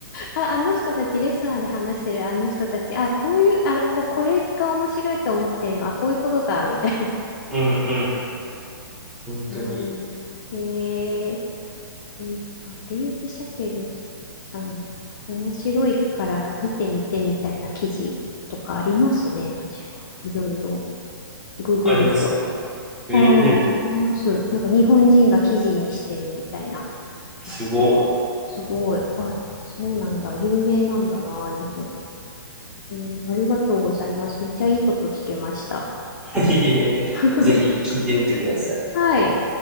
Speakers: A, on the left (about 45°); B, in the centre.
A: あ、あの人たち、レストランで話してるあの人たち、あ、こういう、あ、こ、これが面白いと思ってんの、あ、こういうことか、みたい
B: うんうん。本当に。
A: な。かわいい。えー、デイ、あデイブ・シャペルさん、面白いから見てみてみたいな記事とかありますね、確かに。いろいろ、ググると。
B: ありますかええ
A: ああ、あります。なんか日本人が記事にしてるみたいな
B: すご。
A: やつとか。すごい。あ、そうなんだ。有名なんだな、日本でも。えーありがとうございます。めっちゃいいこと聞けました。
B: <laughs> いえ、
A: <laughs>
B: ぜひ聞いてみてください。
A: はい。